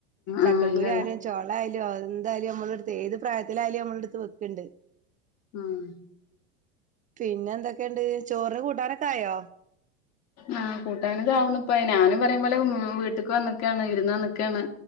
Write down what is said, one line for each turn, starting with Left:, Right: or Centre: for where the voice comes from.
Right: ചക്കുരുയാലും
Left: ആഹ് ഇല്ലല്ല
Right: ചോളായാലും എന്തായാലും നമ്മടെടുത്ത് ഏത് പ്രയത്തിലായാലും നമ്മളെടുത്ത് വെക്ക്ണ്ട്
Left: ഉം
Right: പിന്നെ എന്തൊക്കെയ്ണ്ട് ചോറിന് കൂട്ടാനൊക്കെ ആയോ
Left: ആ കൂട്ടാന് ദാ <unintelligible> ഞാനും പറയുമ്പോലെ വീട്ടിക്ക് വന്ന്ക്കയാണ് വിര്ന്ന് വന്ന്ക്കയാണ്